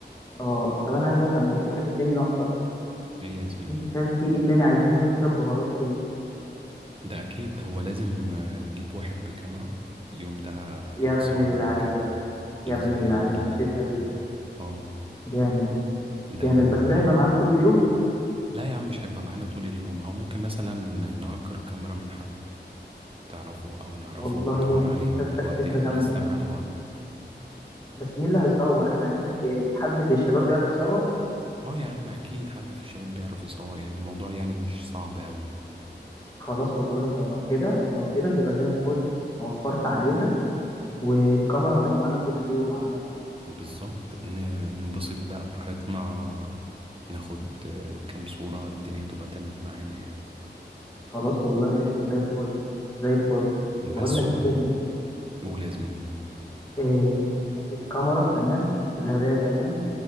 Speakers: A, on the left (about 20°); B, on the right (about 30°).
A: اه طب انا عايز افهم ده في حاجه تاني ناقصه
B: ايه يا زميلي
A: انت شايف في ايه تاني عايزين نحط شويه بهارات كده
B: ده اكيد هو لازم آه، نجيب واحد بكاميرا اليوم ده يتصور
A: يا ابن اللعيبه
B: وكده
A: يا
B: لازم
A: ابن اللعيبه
B: نعمل الموضوع
A: نسيتها دي
B: ده اه
A: جامد
B: ده
A: جامد بس ده هيبقى معانا طول اليوم
B: لا يا عم مش هيبقى معانا طول اليوم او ممكن مثلا نأجر كاميرا من حد تعرفه او نعرفه
A: والله
B: وندور عليه من
A: تصدق
B: دلوقتي
A: فكره
B: احنا
A: جامده
B: لسه معانا وقت
A: بس مين اللي هيصور احنا عايزين ايه، في حد في الشباب بيعرف يصور
B: اه يا عم اكيد حد في الشباب بيعرف يصور يعني الموضوع يعني مش صعب قوي
A: خلاص والله ده لو كده لو كده تبقى زي الفل وفرت علينا والكاميرا هتبقى معانا طول اليوم عامه
B: بالظبط ن- ننبسط بقى براحتنا ناخد آه، كام صورة الدنيا تبقى تمام معانا يعني
A: خلاص والله قشطه زي الفل زي الفل بقول
B: بس
A: لك
B: هو
A: إيه يا ابني
B: قول يا زميلي
A: إيه الكاميرا تمام الهدايا تمام